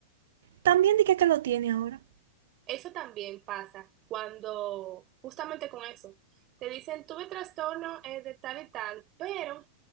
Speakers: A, on the right; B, on the right.
A: también dije que lo tiene ahora.
B: Eso también pasa cuando, justamente con eso, te dicen, tuve trastorno eh, de tal y tal, pero